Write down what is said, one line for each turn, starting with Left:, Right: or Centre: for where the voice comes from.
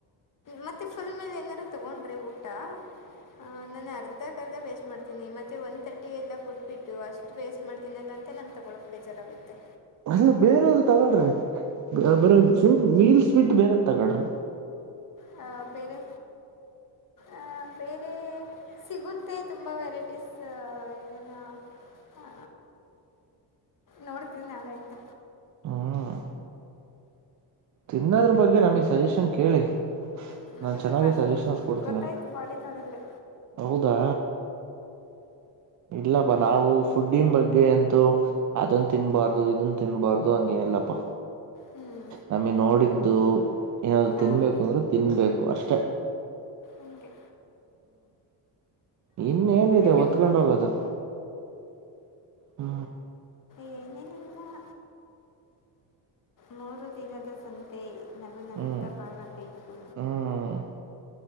Left: ಮತ್ತೆ ಫುಲ್ ಮೇಲೆ ಏನಾರರು ತಗೊಂಡ್ರಿ ಊಟ ಹಾ ನನ್ ಅರ್ಧ ಅರ್ಧ ವೇಸ್ಟ್ ಮಾಡ್ತೀನಿ ಮತ್ತೆ ಒನ್ ತರ್ಟಿ ಎಲ್ಲ ಕೊಟ್ಬಿಟ್ಟು ಅಷ್ಟು ವೇಸ್ಟ್ ಮಾಡ್ತೀನಲ್ಲ ಅಂತ ನಂಗೆ ತಗೊಳ್ಳಳಕ್ಕೆ ಬೇಜಾರಾಗುತ್ತೆ
Right: ಅಲ್ಲ ಬೇರೆ ತಗೋಳ್ರಿ ಬರಾ ಫುಲ್ ಮೀಲ್ಸ್ ಆದ್ ಬಿಟ್ ಬೇರೆ ತಗಳ್ರಿ
Left: ಹ ಬೇರೆ ಅ ಬೇರೆ ರೆ ಸಿಗುತ್ತೆ ತುಂಬ ವೆರೈಟೀಸ್ ಏನೇನು ಆ ನೋಡ್ತೀನಿ ನಾಳೆ ಇಂದ
Right: ಹ್ಮ್ ತಿನ್ನೋದ್ರ ಬಗ್ಗೆ ನಮಗ್ ಸಜೆಷನ್ ಕೇಳಿ
Left: ಹ್ಞೂ
Right: ನಾ ಚೆನ್ನಾಗಿ
Left: ಅದು
Right: ಸಜೆಷನ್ಸ್ ಕೊಡ್ತೀನೀ
Left: ಗೊತ್ತಾಯ್ತು ಬಾಡಿ ನೋಡಿದ್ರೆ
Right: ಹೌದಾ ಇಲ್ಲಪ್ಪ ನಾವು ಫುಡ್ಡನ್ ಬಗ್ಗೆ ಅಂತ ಅದನ್ ತಿನ್ನಬಾರ್ದು ಇದನ್ನ ತಿನ್ನಬಾರ್ದು ಹಂಗೇನಿಲ್ಲಪ್ಪ
Left: ಹ್ಮ್
Right: ನಮಗೆ ನೋಡಿದ್ದು ಏನಾದರು
Left: ಹಾಂ
Right: ತಿನ್ಬೇಕು ಅಂದ್ರೂ ತಿನ್ಬೇಕು ಅಷ್ಟೆ ಅಷ್ಟೇ
Left: ಅಂಗೆ
Right: ಇನ್ನೇಏನಿದೆ
Left: ಯು ಕ್ಯಾನ್
Right: ಒತ್ಕೊಂಡ್
Left: ಗೋ
Right: ಹೋಗೋದು ಹಾ
Left: ಏನಿಲ್ಲ ಮೂರು ದಿನದ ಸಂತೆ ನಗು ನಗುತ್ತಾ
Right: ಹ್ಞೂ
Left: ಬಾಳ ಬೇಕು
Right: ಹ್ಞೂ